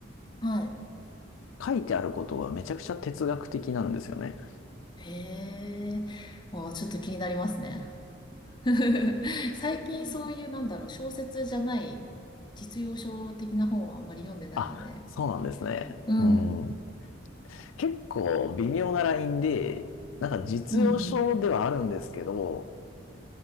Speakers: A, on the left; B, on the left.
A: はい。
B: 書いてあることがめちゃくちゃ哲学的なんですよね。
A: へえ。もうちょっと気になりますね。<laughs> 最近そういう、なんだろう、小説じゃない、実用書的な本はあんまり読んでないので。
B: あ、そうなんですね。
A: うん。
B: うん。結構微妙なラインで、なんか実用書ではあるんですけど、
A: うん、うん。